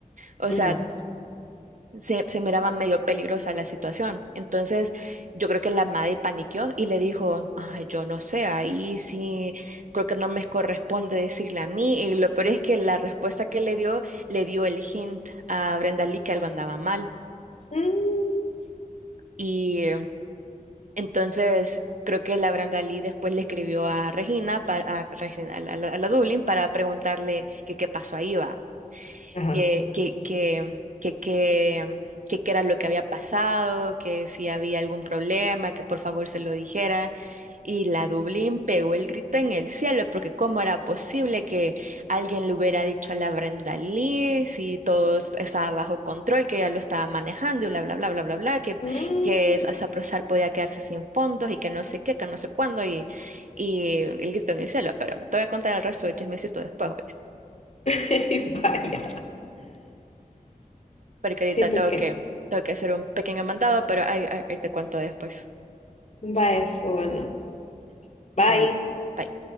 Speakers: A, on the right (about 60°); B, on the left (about 50°).
A: O
B: Ujú.
A: sea, se, se miraba medio peligrosa la situación. Entonces, yo creo que la madre paniqueó y le dijo, ay, yo no sé, ahí sí, creo que no me corresponde decirle a mí. Y lo peor es que la respuesta que le dio, le dio el hint a Brenda Lee que algo andaba mal.
B: Mm,
A: Y entonces... Creo que la Brenda Lee después le escribió a Regina, para, a, Regina, a la, a la Dublin, para preguntarle que qué pasó ahí, va.
B: Ajá.
A: que, que, que, que, que, que qué era lo que había pasado, que si había algún problema, que por favor se lo dijera. Y la Dublín pegó el grito en el cielo, porque cómo era posible que alguien le hubiera dicho a la Brenda Lee si todo es- estaba bajo control, que ella lo estaba manejando y bla, bla, bla, bla, bla, bla, que,
B: Mm.
A: que Saprosar podía quedarse sin fondos y que no sé qué, que no sé cuándo, y, y el grito en el cielo. Pero te voy a contar el resto del chismecito después,
B: <laughs> Vaya.
A: porque ahorita
B: Sí, por
A: tengo
B: qué
A: que, tengo que hacer un pequeño mandado, pero ahí, ahí ahí te cuento después.
B: va eso, bueno. Bye.
A: Sal. bye.